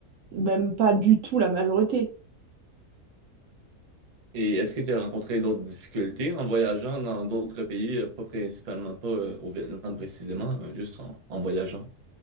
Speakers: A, on the right; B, on the right.
A: Même pas du tout la majorité.
B: Et est-ce que tu as rencontré d'autres difficultés en voyageant dans d'autres pays, euh, pas principalement, pas euh, au Vietnam précisément, euh, juste en, en voyageant?